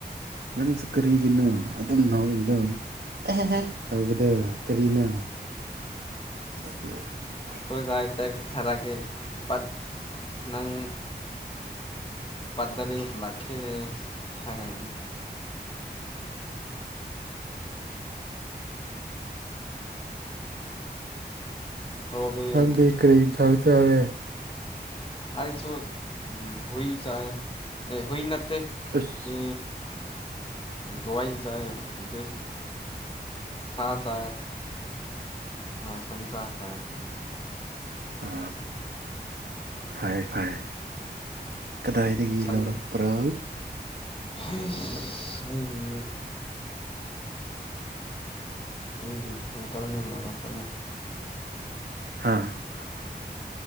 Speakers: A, on the right (about 85°); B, on the left (about 30°).
A: ꯅꯪꯁꯨ ꯀꯔꯤꯒꯤꯅꯣ ꯑꯗꯨꯝ ꯅꯧꯏꯗꯏꯤ ꯇꯧꯕꯗ ꯀꯔꯤꯅ ꯑꯣꯦ <inaudible>
B: ꯀꯣꯏꯖꯏ ꯇꯦꯛꯁ ꯊꯥꯔꯛꯒꯦ ꯄꯠ ꯅꯪ ꯄꯗꯔ ꯎꯂꯥꯛꯀꯦ ꯁꯒ ꯏ ꯍꯣꯕꯤ
A: ꯅꯪꯗꯤ ꯀꯔꯤ ꯊꯥꯛ ꯆꯔꯦ
B: ꯑꯩꯁꯨ ꯎ ꯍꯏ ꯆꯥꯏ ꯑꯦ ꯍꯏ ꯅꯠꯇꯦ
A: ꯑꯁ
B: ꯁꯤ ꯂꯣꯏ ꯆꯥꯏ ꯕꯤꯐ ꯁꯥ ꯆꯥꯏ ꯑꯥ ꯁꯟꯁꯥ ꯆꯥꯏ
A: ꯑ ꯐꯔ ꯐꯥꯏ ꯀꯗꯥꯏꯗꯗꯒꯤꯒꯤ
B: ꯁꯟ
A: ꯂꯧꯔꯛ ꯄꯔꯥ
B: ꯑꯩꯒꯤ ꯑꯩꯒꯤ ꯑꯪꯀꯜꯅ ꯂꯧꯔꯛꯄꯅꯤ
A: ꯍꯥꯥ <inaudible>